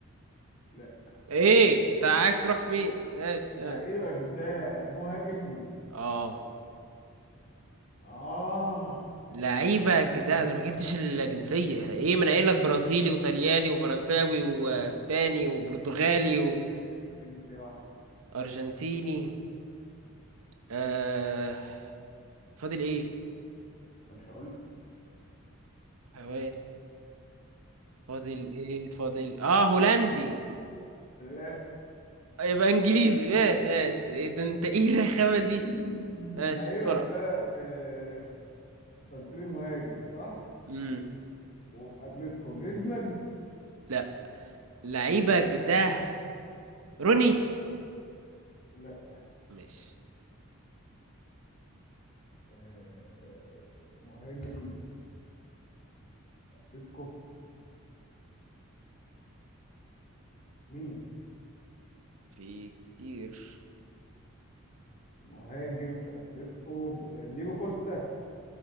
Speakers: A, on the left; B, on the right.
A: لا
B: ايه انت عايز تروح فين ماشي يلا.
A: لعيبك ده مهاجم
B: اه
A: اه
B: لعيبة جداد انا ما جبتش الجنسية ايه من قايل لك برازيلي وطلياني وفرنساوي واسباني وبرتغالي
A: لسه في جنسية لسه في جنسية واحدة
B: وارجنتيني آه فاضل ايه
A: أنا مش هقول لك
B: ثواني فاضل ايه فاضل اه هولندي
A: لا
B: يبقى انجليزي ماشي ماشي إيه ده انت ايه الرخامة دي
A: <clears throat>
B: ماشي
A: لعيبك
B: بسرعة
A: ده آه... انت قلت لي مهاجم صح
B: امم
A: وفي اتلتيكو جريزمان
B: لا لعيبة جداد روني
A: لا
B: ماشي
A: آه، مهاجم اتلتيكو مين
B: في كتير
A: مهاجم في اتلتيكو دييجو كوستا